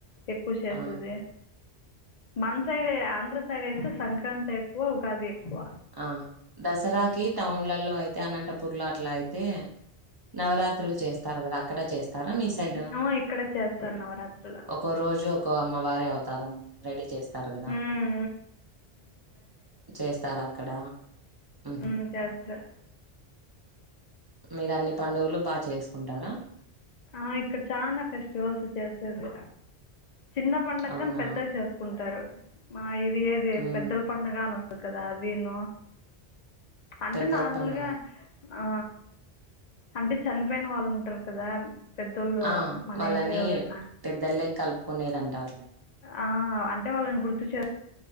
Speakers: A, on the left; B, on the right.
A: ఎప్పుడు చేస్తది
B: ఆ
A: మన్ సైడే ఆంధ్ర సైడ్ అయితే సంక్రాంతి ఎక్కువ ఉగాది ఎక్కువ
B: ఆహ్ దసరాకి టౌన్ లలో అయితే అనంతపూర్ లో అట్లా అయితే నవరాత్రులు చేస్తారు గదా అక్కడ చేస్తారా మీ సైడ
A: ఉమ్ ఇక్కడ చేస్తారు నవరాత్రులు
B: ఒక రోజు ఒక అమ్మ వారే అవతారం రెడీ చేస్ గదా
A: ఉమ్
B: చేస్తారా అక్కడ ఉహు
A: అమ్ చేస్తారు
B: మీరు అన్ని పండుగులు బాగా చేసుకుంటారా
A: ఆ ఇక్కడ చానా ఫెస్టివల్స్ చేసేది చిన్న పండుగాని
B: అవునా
A: పెద్దగా చేసుకుంటారు ఆహ్ ఇది ఏది
B: ఉమ్
A: పెద్దల పండగని వస్ ఒక దాదిను అంటే
B: పెద్దల
A: నార్మల్గా.
B: పండగ
A: ఆ అంటే చనిపోయిన వాళ్ళు ఉంటారు కదా పెద్దోళ్ళు
B: ఆ
A: మన
B: వాళ్ళని
A: ఇంట్లో ఎవరన్నా
B: పెద్దలే కలుపుకునేది అంటారులే
A: ఆహ్ అంటే వాళ్ళని గుర్తు చే